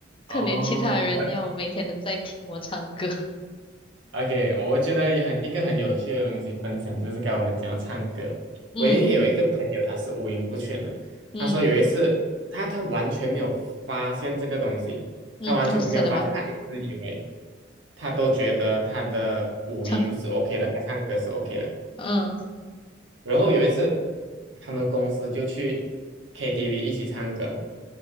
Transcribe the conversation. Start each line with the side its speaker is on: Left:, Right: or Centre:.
Left: 可怜其他人要每天都在听我唱歌。
Right: 哦，
Left: <laughs>
Right: OK，我觉得也很一个很有趣的东西分享，就是该我们讲到唱歌。我也有一个朋友，
Left: 嗯
Right: 他是五音不全的。
Left: 嗯
Right: 他说有一次，他他完全没有发现这个东西，
Left: 嗯，
Right: 他完全没有发现，
Left: 哦，真的吗？
Right: 他一直以为他都觉得他的五音是
Left: 唱，
Right: OK 的，他唱歌是 OK 的。
Left: 嗯，<laughs>
Right: 然后有一次，他们公司就去 KTV 一起唱歌，